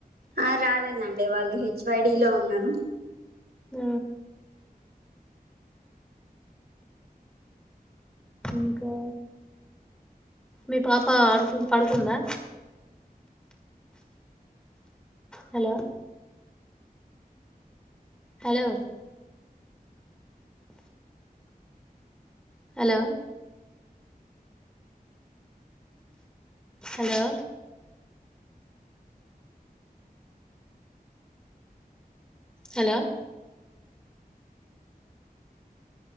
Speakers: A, on the right (about 85°); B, in the centre.
A: ఆ రాలేదండి వాళ్ళు హెచ్ వైడి లో ఉన్నారు
B: ఆ ఇంకా మీ పాప ఆడుకు పడుకుందా hello hello hello hello hello